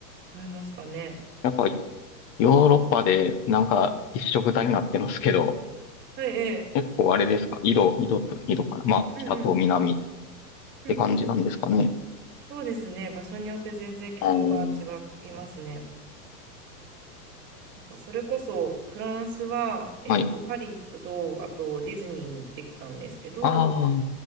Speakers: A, on the right; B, on the left.
A: 買いましたね。
B: やっぱヨーロッパでなんか一緒くたになってますけど、
A: はい、ええ。
B: 結構あれですか色、色と色かなまあ、
A: うんうん。
B: 北と南っ
A: うん。
B: て感じなんですかね。
A: そうですね。場所によって全然気候が違いますね。
B: あー
A: それこそフランスは、えっと、
B: はい。
A: パリとあとディズニーに行ってきたんですけど、
B: あ